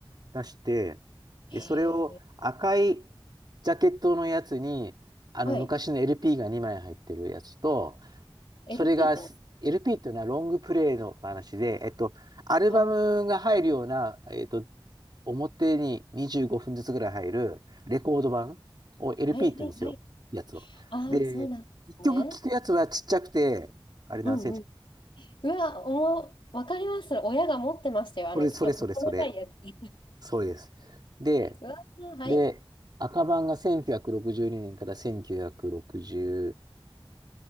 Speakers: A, on the right; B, on the left.
A: 出して、で、
B: へえ。
A: それを赤いジャケットのやつに、あの昔の
B: はい。
A: LP が2枚入ってるやつと、
B: LP
A: それが
B: ってね、
A: LP っていうのはロングプレイの話で、えっと、アルバムが入るような、
B: あ、あ
A: えっと、表に25分ずつぐらい入るレコード版を LP
B: はいはいはい。
A: って言うんですよ、やつを。
B: ああ、
A: で、
B: そうなんですね。
A: 一曲聴くやつはちっちゃくて、あれ何センチ
B: うんうわ、おも、わかります。それ親が持ってましたよ。あの、
A: それ、
B: ちょっと細長いやつ。
A: それ、それ、それ、
B: <laughs>
A: それです。で、
B: うわ、はい。
A: で、赤版が1962年から1966、